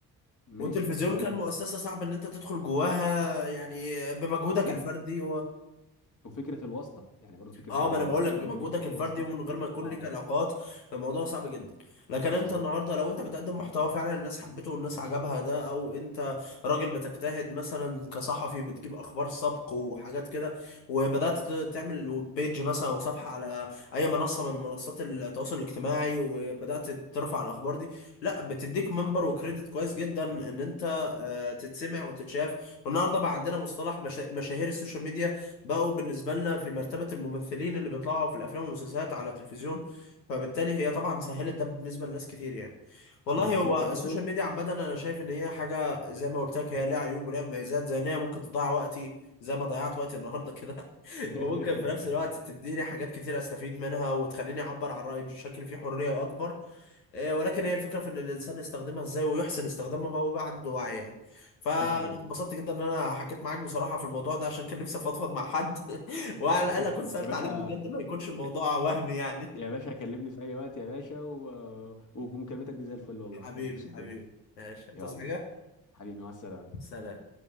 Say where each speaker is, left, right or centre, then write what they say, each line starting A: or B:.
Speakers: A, on the left; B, on the left.
A: ماشي
B: والتلفزيون
A: بس بقول
B: كان
A: لك
B: مؤسسة صعب ان انت تدخل جواها يعني بمجهودك
A: لا
B: الفردي
A: وفكره الواسطه يعني برضو فكره
B: اه
A: ان
B: ما
A: ال-
B: انا بقول لك
A: قبل
B: بمجهودك
A: كده كان في
B: الفردي
A: واسطه
B: ومن غير ما يكون
A: اه
B: ليك علاقات الموضوع صعب جدا لكن انت
A: بالظبط
B: النهارده لو انت بتقدم محتوى فعلا الناس حبته والناس عجبها ده او انت راجل بتجتهد مثلا كصحفي بتجيب اخبار سبق وحاجات كده وبدات ت- تعمل بيج مثلا او صفحه على اي منصه من منصات التواصل الاجتماعي وبدات ترفع الاخبار دي لا بتديك منبر وكريدت كويس جدا ان انت آه، تتسمع وتتشاف والنهارده بقى عندنا مصطلح مشا... مشاهير السوشيال ميديا بقوا بالنسبة لنا في مرتبة الممثلين اللي بيطلعوا في الأفلام والمسلسلات على التلفزيون فبالتالي هي طبعا سهلت ده بالنسبة لناس كتير يعني والله
A: <laughs> بس
B: هو
A: انت برضو
B: السوشيال ميديا عامة أنا شايف إن هي حاجة زي ما قلت لك هي ليها عيوب وليها مميزات زي إن هي ممكن تضيع وقتي زي ما ضيعت وقتي النهاردة كده <laughs>
A: <laughs>
B: وممكن في نفس الوقت تديني حاجات كتير أستفيد منها وتخليني أعبر عن رأيي بشكل فيه حرية أكبر آه، ولكن هي الفكرة في إن الإنسان يستخدمها إزاي ويحسن استخدامها هو بقى عنده وعي يعني فأنا
A: ده حقيقي
B: اتبسطت جدا إن أنا حكيت معاك بصراحة في الموضوع ده عشان كان نفسي أفضفض مع حد <laughs> وعلى
A: <laughs>
B: الأقل أكون سألت
A: يا باشا
B: عليك بجد ما يكونش الموضوع
A: يا
B: وهمي يعني <laughs>
A: يا باشا كلمني في اي وقت يا باشا و... ومكالمتك دي زي الفل والله
B: حبيبي
A: مبسوط
B: حبيبي
A: منها
B: ماشي تصحى
A: يلا
B: حاجة؟
A: حبيبي مع السلامة
B: سلام